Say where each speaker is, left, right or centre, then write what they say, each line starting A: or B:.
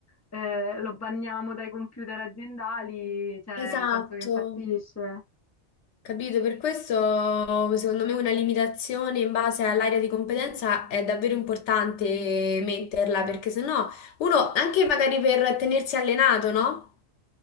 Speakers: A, on the left; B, on the left.
A: eh, lo banniamo dai computer aziendali, cioè,
B: esatto.
A: penso che impazzisce.
B: Capito? Per questo, secondo me, una limitazione in base all'area di competenza è davvero importante metterla, perché sennò uno, anche magari per tenersi allenato, no?